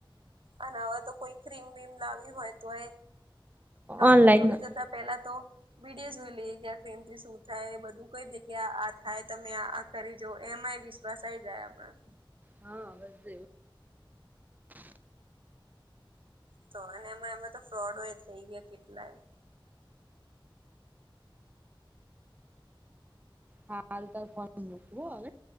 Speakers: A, on the right; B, on the right.
A: અને હવે તો કોઈ ક્રીમ બીમ લાવી હોય તોએ ડોક્ટર
B: ઓનલાઈનમાં
A: જોડે જતા પેલા તો વિડીયો જોઈ લઈએ કે આ ક્રિમથી શું થાય બધું કઈ દે કે આ થાય તમે આ કરી જો એમાંય વિશ્વાસ આ આય જાય આપણા
B: હા આવેશે
A: તો અને એમાં એમાં તો ફ્રોડ હોય થઈ ગયા કેટલાંય
B: હારુ તાર ફોન મૂકુ હો હવે